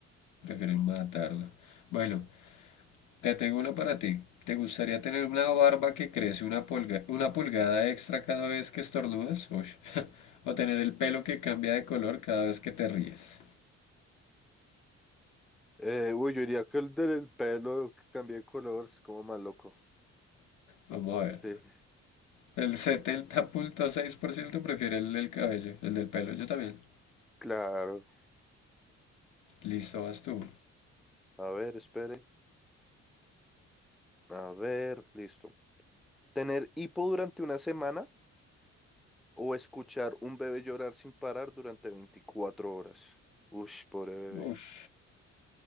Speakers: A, on the left (about 75°); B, in the centre.
A: prefieren matarlo. Bueno, te tengo una para ti. ¿Te gustaría tener una barba que crece una pulga- una pulgada extra cada vez que estornudas? Uy. <laughs> O tener el pelo que cambia de color cada vez que te ríes.
B: Eh, uy, yo diría que el del pelo que cambié de color es como más loco.
A: Vamos a ver.
B: Sí,
A: El setenta punto seis por ciento prefiere el del cabello, el del pelo. Yo también.
B: claro.
A: Listo, vas tú.
B: A ver, espere. A ver, listo. Tener hipo durante una semana o escuchar un bebé llorar sin parar durante 24 horas. Uy, pobre bebé.
A: Uf.